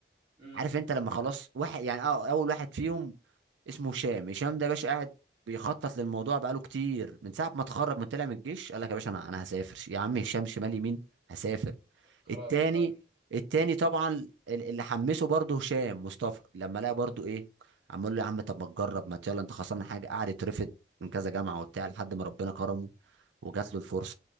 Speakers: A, on the right; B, on the right.
A: امم
B: عارف انت لما خلاص واحد يعني اه اول واحد فيهم اسمه هشام هشام ده يا باشا قاعد بيخطط للموضوع بقاله كتير من ساعه ما اتخرج من طلع من الجيش قال لك يا باشا انا انا هسافر يا عم هشام شمال يمين هسافر
A: خلاص
B: التاني
A: مكرر
B: التاني طبعا ال- اللي حمسه برضه هشام مصطفى لما لقى برضه ايه عمال له يا عم طب ما تجرب ما يلا انت خسران حاجه قعد يترفض من كذا جامعه وبتاع لحد ما ربنا كرمه وجات له الفرصه